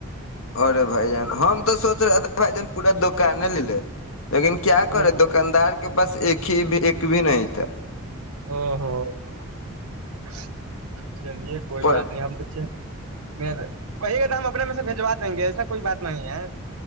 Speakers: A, on the left (about 70°); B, on the right (about 85°).
A: ارے بھائی جان ہم تو سوچ رہے تھے بھائی جان پورا دکان لے لے لیکن کیا
B: او
A: کرے دکاندار
B: ہو
A: کے پاس ایک ہی بھی ایک بھی نہیں تھا
B: او ہو <inaudible> چلیے کوئی
A: پر
B: بات نہیں ہم تو نہیں کہی گئے تو ہم اپنے میں سے بجوا دیں گے ایسا کوئی بات نہیں ہے